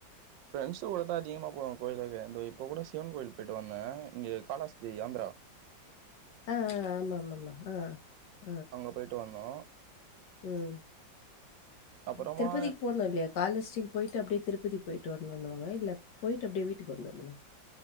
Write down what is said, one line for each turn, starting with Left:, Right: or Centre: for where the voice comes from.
Right: பிரணஸ் கூடதா அதிகமா போனோ கோயில்கோவிலா தோ போனா போயிருவே ந்த இப்ப கூட சிவன் கோயில் போயிட்டு வந்த இங்க காலாஸ்தீரி ஆந்திரா
Left: ஆ ஆ ஆமா ஆமா ஆமா ஆ ஆ
Right: அங்க போயிட்டு வந்தோ
Left: ம்
Right: அப்புறமா
Left: திருப்பதிக்கு போணு இல்லியா காலஸ்டிக் போயிட்டு அப்டியே திருப்திக்கு போயிட்டு வரனுனு வாங்க இல்ல போயிட்டு அப்டியே வீட்டுக்கு வந்துரனுமா